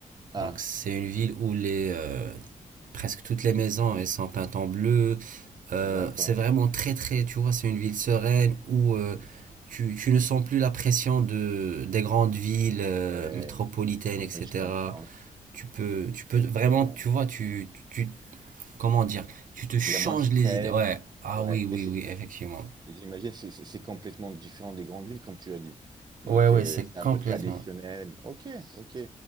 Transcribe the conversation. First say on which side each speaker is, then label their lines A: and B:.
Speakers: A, on the right; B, on the right.
A: ah,
B: Donc c'est une ville où les euh, presque toutes les maisons elles sont peintes en bleu. Euh,
A: d'accord.
B: c'est vraiment très très. Tu vois, c'est une ville sereine où euh, tu tu ne sens plus la pression de des grandes villes euh,
A: Ouais,
B: métropolitaines, etc.
A: oui, je comprends.
B: Tu peux tu peux vraiment
A: Ouais.
B: tu vois tu tu Comment dire? Tu te changes
A: Il y a moins de stress.
B: les idées. Ouais. Ah
A: Ouais.
B: oui, oui,
A: Et c'est
B: oui, effectivement.
A: J'imagine, c'est c'est- c'est complètement différent des grandes villes, comme tu as dit. Donc,
B: Ouais, ouais,
A: euh,
B: c'est
A: c'est un
B: complètement.
A: peu traditionnel. Ok, ok.